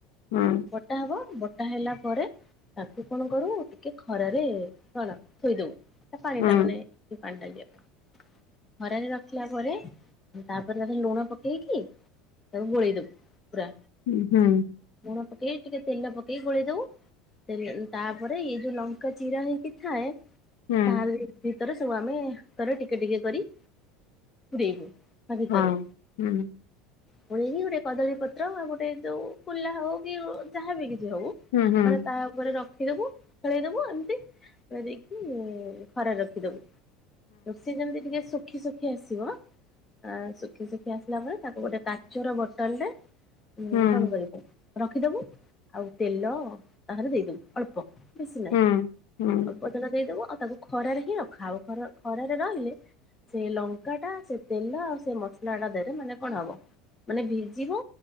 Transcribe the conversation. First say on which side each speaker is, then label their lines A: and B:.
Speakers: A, on the left (about 70°); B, on the left (about 25°).
A: ହଁ।
B: ବଟା ହବ ବଟା ହେଲା ପରେ ତାକୁ କଣ କରୁ ଟିକେ ଖରାରେ କଣ ଥୋଇଦଉ। ସେ ପାଣି
A: ହୁଁ
B: ଟା ମାନେ ସେ ପାଣି ଟା ଯିବା। ଖରାରେ ରଖିଲା ପରେ ତାପରେ ତାକୁ ଲୁଣ ପକେଇକି ତାକୁ ଗଳେଇଦବୁ ପୁରା।
A: ହଁ ହୁଁ।
B: ଲୁଣ ପକେଇ ଟିକେ ତେଲ ପକେଇ ଗୋଳେଇ ଦଉ। ତାପରେ ଏଇ ଯୋଉ ଲଙ୍କା ଚିରା ହେଇକି ଥାଏ।
A: ହୁଁ ହୁଁ
B: ତା ତର ସବୁ ଆମେ ଥର ଟିକେ ଟିକେ କରି ପୁରେଇବୁ। ତା ଭିତରେ।
A: ହଁ ହୁଁ
B: ଫୁଣି ଏହି ଗୋଟେ କଦଳୀ ପତ୍ର ଆଉ ଗୋଟେ ଯୋଉ କୁଲା ହଉ କି ଯାହାବି କିଛି ହଉ
A: ହୁଁ ହୁଁ।
B: ମାନେ ତା ଉପରେ ରଖିଦବୁ ଖେଳେଇଦବୁ ଏମତି ଖେଳେଇ ଦେଇକି ଖରାରେ ରଖିଦବୁ। ରୁଷି ଯେମତି ଟିକେ ସୁ ଶୁଖି ଶୁଖି ଆସିବ ଆଁ ଶୁଖି ଶୁଖି ଆସିଲା ପରେ ତାକୁ ଗୋଟେ କାଚର ବୋଟଲ୍ ରେ ଉଁ
A: ହୁଁ ହୁଁ
B: କଣ କରିବୁ ରଖିଦବୁ ଆଉ ତେଲ ତାହାରେ ଦେଇଦବୁ ଅଳ୍ପ। ବେଶୀ ନାଇଁ
A: ହୁଁ ହୁଁ
B: ଅଳ୍ପ ତେଲ ଦେଇଦବୁ ଆଉ ତାକୁ ଖରାରେ ହିଁ ରଖା ହବ ଖର ଖରାରେ ରହିଲେ ସେ ଲଙ୍କାଟା ସେ ତେଲ ଆଉ ସେ ମସଲା ଟା ଦେହରେ ନହେଲେ କଣ ହବ? ମାନେ ଭିଜିବ